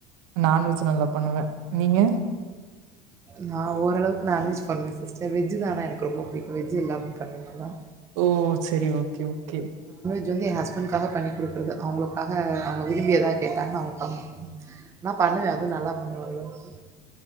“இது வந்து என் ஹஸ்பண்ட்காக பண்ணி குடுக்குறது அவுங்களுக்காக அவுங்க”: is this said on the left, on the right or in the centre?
Right